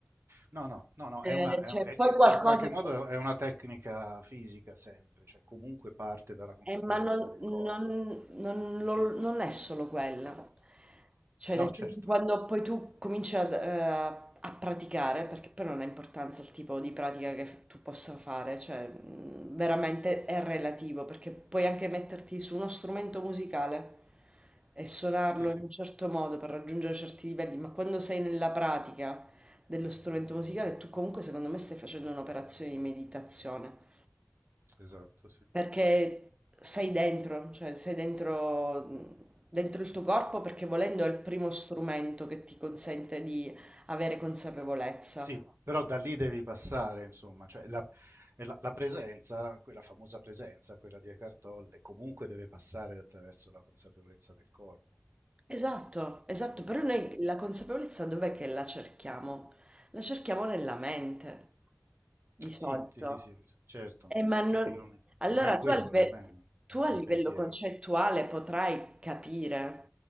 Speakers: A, on the right (about 80°); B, on the right (about 25°).
A: No, no, no, no,
B: eh,
A: è una, è-
B: cioè,
A: un- è-
B: poi
A: è-
B: qualcosa.
A: in qualche modo è una tecnica fisica sempre, cioè comunque parte dalla consapevolezza
B: Eh, ma non,
A: del
B: non-
A: corpo.
B: non-
A: Mm.
B: non- non è solo quella. Cioè,
A: No,
B: nel senso,
A: certo.
B: quando poi tu cominci ad, eh, a praticare, perché poi non ha importanza il tipo di pratica che tu possa fare, cioè, mh, veramente è relativo, perché puoi anche metterti su uno strumento musicale e suonarlo
A: Sì, sì,
B: in un certo modo per raggiungere certi livelli, ma quando sei nella pratica dello strumento musicale, tu comunque, secondo me, stai facendo un'operazione di meditazione.
A: esatto, sì.
B: Perché sei dentro, cioè sei dentro, dentro il tuo corpo perché volendo è il primo strumento che ti consente di avere consapevolezza.
A: Sì, però da lì devi passare, insomma, cioè la, e la- la presenza, la- quella famosa presenza, quella di Eckhart Tolle, comunque deve passare attraverso la consapevolezza del corpo.
B: Esatto, esatto, però noi
A: Mm.
B: la consapevolezza dov'è che la cerchiamo? La cerchiamo nella mente, di solito.
A: Sì, sì, sì, sì, certo,
B: Eh,
A: no,
B: ma non...
A: che- e non è,
B: Allora
A: non è quello,
B: tu a, live-
A: non è,
B: tu
A: non
B: a
A: è il
B: livello
A: pensiero.
B: concettuale potrai capire